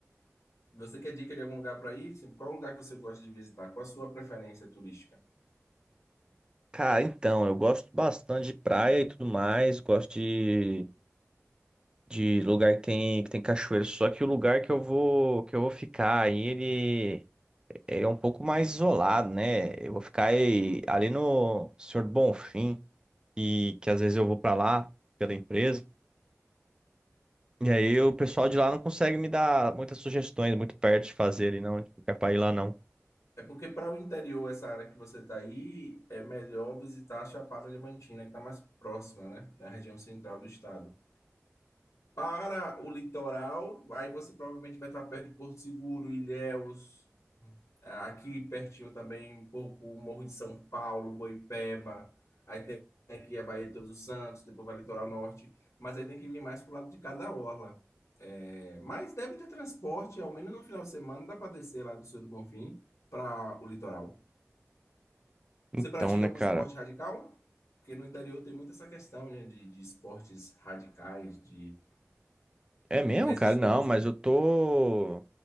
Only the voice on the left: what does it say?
Você quer dica de algum lugar para ir? Qual lugar que você gosta de visitar? Qual a sua preferência turística?
É porque para o interior, essa área que você está aí, é melhor visitar a Chapada Diamantina, que está mais próxima, né? Na região central do estado. Para o litoral, aí você provavelmente vai estar perto de Porto Seguro, Ilhéus, aqui pertinho também, um pouco o Morro de São Paulo, Boipeba, aí tem aqui a Baía de Todos os Santos, depois vai litoral norte, mas aí tem que vir mais pro lado de cada orla. É, mas deve ter transporte, ao menos no final de semana dá para descer lá do Senhor do Bonfim para o litoral.
Você pratica
algum
esporte radical? Porque no interior tem muito essa questão, né, de, de esportes radicais, de
resistência.